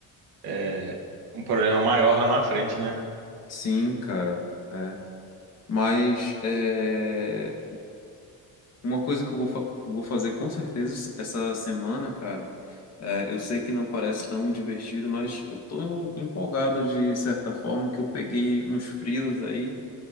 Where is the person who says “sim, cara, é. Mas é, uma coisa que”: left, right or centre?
Left